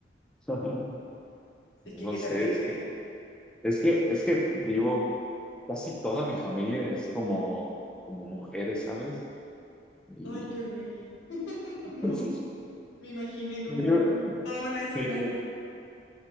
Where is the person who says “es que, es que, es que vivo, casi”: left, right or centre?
Centre